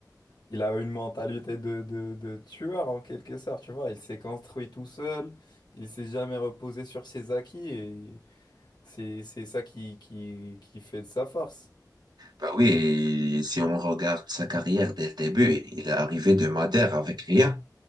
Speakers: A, on the left; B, on the right.
A: il a une mentalité de, de, de tueur en quelque sorte, tu vois. Il s'est construit tout seul, il s'est jamais reposé sur ses acquis, et c'est c'est ça qui, qui, qui fait de sa force.
B: Ben oui, et si on regarde sa carrière dès le début, il est arrivé de Madère avec rien.